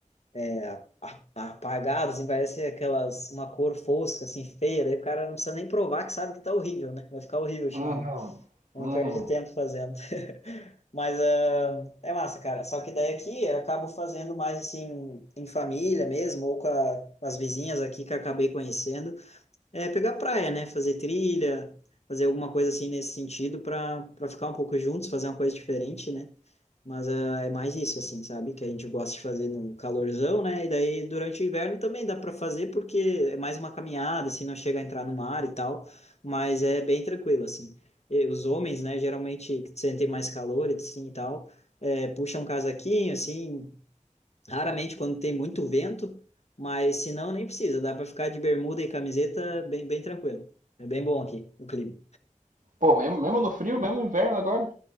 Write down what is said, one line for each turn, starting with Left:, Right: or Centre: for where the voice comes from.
Left: é, a- a- apagado, assim, parece aquelas, uma cor fosca, assim, feia. Daí o cara não precisa nem provar que sabe que tá horrível, né? Vai ficar horrível o chimarrão.
Right: uhum,
Left: Nem
Right: uhum.
Left: perde tempo fazendo. Mas ah, é massa, cara. Só que daí aqui eu acabo fazendo mais assim em família mesmo, ou com, a- com as vizinhas aqui que eu acabei conhecendo. É pegar praia, né? Fazer trilha, fazer alguma coisa assim nesse sentido para para ficar um pouco juntos, fazer uma coisa diferente, né? Mas é, é mais isso, assim, sabe? Que a gente gosta de fazer no calorzão, né? E daí durante o inverno também dá para fazer, porque é mais uma caminhada, assim, não chega a entrar no mar e tal, mas é bem tranquilo, assim. E os homens, né, geralmente que sentem mais calor assim, e tal, é, puxam um casaquinho, assim, Raramente quando tem muito vento, mas se não, nem precisa. Dá para ficar de bermuda e camiseta bem, bem tranquilo. É bem bom aqui o clima.
Right: Pô, mesmo, mesmo no frio, mesmo no inverno agora?